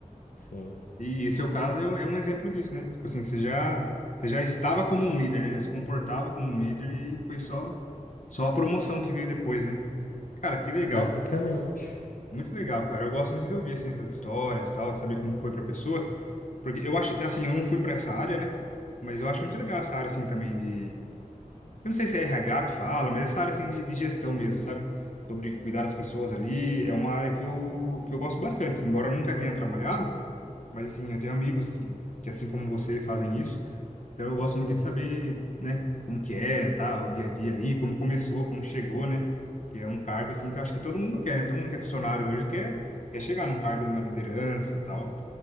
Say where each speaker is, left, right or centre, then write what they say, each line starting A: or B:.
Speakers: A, on the left; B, on the left.
A: Sim.
B: E, e seu caso é, é um exemplo disso, né? Tipo assim, você já, você já estava como um líder, né? Já se comportava como um líder e foi só, só a promoção que veio depois, né? Cara, que legal.
A: Basicamente.
B: Muito legal, cara. Eu gosto muito de ouvir, assim, essas histórias e tal, de saber como foi pra pessoa. Porque eu acho, assim, eu não fui pra essa área, né? Mas eu acho muito legal essa área, assim, também de... Eu não sei se é RH que fala, mas essa área, assim, de, de gestão mesmo, sabe? Sobre cuidar das pessoas ali. É uma área que eu, que eu gosto bastante. Embora eu nunca tenha trabalhado, mas assim, eu tenho amigos que, que assim como você fazem isso, então eu gosto muito
A: Uhum,
B: de saber, né, como que é, tá, o dia a dia ali, como começou, como chegou, né? Porque é um cargo assim que eu acho que todo mundo quer, né? Todo mundo que é funcionário hoje quer quer chegar num cargo de uma liderança, tal.